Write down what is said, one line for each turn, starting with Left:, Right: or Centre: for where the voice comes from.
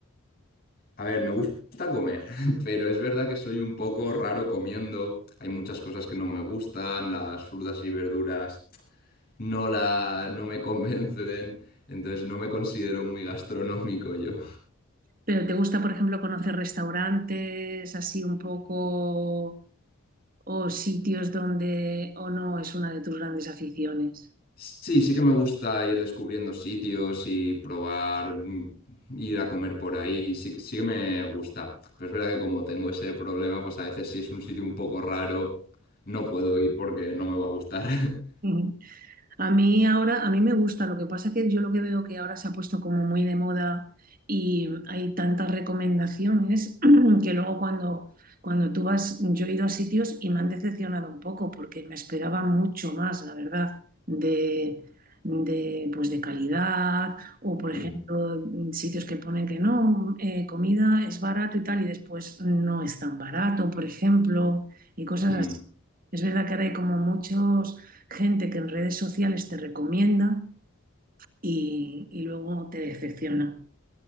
Left: A ver, me gusta comer, <laughs> pero es verdad que soy un poco raro comiendo. Hay muchas cosas que no me gustan, las frutas y verduras no la, no me convencen, entonces no me considero muy gastronómico yo.
Right: ¿Pero te gusta, por ejemplo, conocer restaurantes así un poco o sitios donde o no es una de tus grandes aficiones?
Left: Sí, sí que me gusta ir descubriendo sitios y probar, mm, ir a comer por ahí, sí, que- sí que me gusta. Pero es verdad que como tengo ese problema, pues a veces si es un sitio un poco raro, no puedo ir porque no me va a gustar. <laughs>
Right: Sí. A mí ahora, a mí me gusta, lo que pasa es que yo lo que veo que ahora se ha puesto como muy de moda y hay tantas recomendaciones <clears throat> que luego cuando, cuando tú vas, yo he ido a sitios y me han decepcionado un poco porque me esperaba mucho más, la verdad, de, de, pues de calidad o, por
Left: Sí.
Right: ejemplo, sitios que ponen que no, eh, comida es barato y tal y después no es tan barato, por ejemplo, y cosas
Left: Mm.
Right: así. Es verdad que ahora hay como muchos gente que en redes sociales te recomienda y, y luego te decepciona.